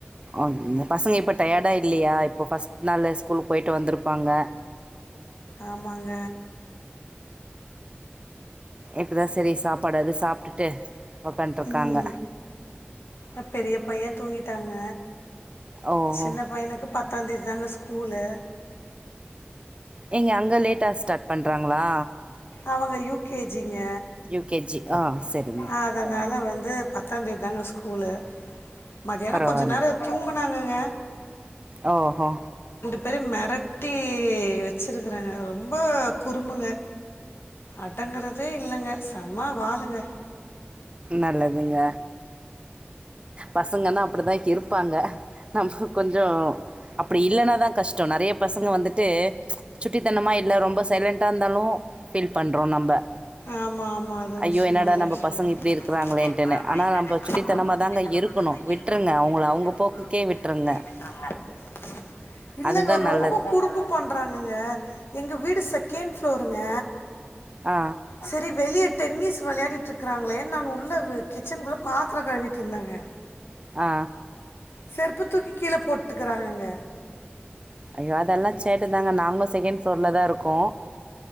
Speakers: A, on the right (about 25°); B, on the left (about 80°).
A: அம் பசங்க இப்போ டயர்டா இல்லியா இப்போ ஃபர்ஸ்ட் நாளு ஸ்கூலுக் போய்ட்டு வந்துருப்பாங்க
B: ஆமாங்க
A: எப் இதா செரி சாப்பாடாது சாப்ட்டுட்டு உக்காண்ட்ருக்காங்க
B: உம் அ பெரியபைய தூங்கி டாங்க
A: ஓஹோ
B: சின்ன பையனுக்கு பத்தாந் தேதி தாங்க ஸ் கூலு
A: எங்க அங்க லேட்டா ஸ்டாட் பண்றாங்களா
B: அவங்க யூ கே ஜி ங்க
A: யூ கே ஜி ஆ
B: ஓகே
A: சரிங்க
B: சூப்ப அதனால வந்து பத்தாந்தேதி தாங்க ஸ்கூலு மதியானோ
A: பரவால்ல
B: கொஞ்ச நேரோ தூங்கனாங்கங்க
A: ஓஹோ
B: பேரயு மெரட்டி வச்சிருக்குறாங்க ரொம்போ குறும்புங்க அடங்கறதே இல்லங்க செம்ம வாலுங்க
A: நல்லதுங்க பசங்கனா அப்பிடிதா இருப்பாங்க நம்க்கு கொஞ்சோ அப்பிடி இல்லனாதா கஷ்டோ நெறைய பசங்க வந்துட்டு சுட்டித்தனமா இல்ல ரொம்ப சைலண்ட்டா இந்தாலு ஃபில் பண்றோ நம்ப
B: ஆமா ஆமா அது
A: ஐயோ!
B: விஷ்
A: என்னடா
B: நல்ல
A: நம்ம
B: விஷ்யந்தா
A: பசங்க இப்டி இருக்கிறாங்களேன்ட்டுன்னு.
B: இப்டியே இருக்குறாங்களேன்ட்டுன
A: ஆனா நம்ப சுட்டித்தனமா
B: ஆனா நம்போ
A: தாங்க
B: சுட்டிதனமா
A: இருக்கணும்.
B: தாங்க
A: விட்ருங்க
B: இருக்குணு
A: அவங்கள
B: விட்ருங்க
A: அவங்க
B: அவுங்குள
A: போக்குக்கே
B: அவுங்க
A: விட்ருங்க.
B: போக்குக்கே விட்ருங்க இல்லங்க
A: அதுதான் நல்லது.
B: ரொம்போ அப்டிதா குறும்பு பண்றாங்கங்க எங்க வீ வீடு செக்கண் ஃபுளோருங்க
A: ஆ
B: செரி வெளியே டென்னிஸ் வெளையாடிட்டிருக்கறாங்களே நா உள்ள வெ கிச்சனுக்குள்ள பாத்திர கழுவிட்டு இருந்தங்க
A: ஆ
B: செருப்பு தூக்கி கீழ போட்டுக்கிறாங்கங்க
A: ஐயோ அதெல்லா சேட்ட தாங்க நாங்களு செகண்ட் சொல்லதா இருக்கோ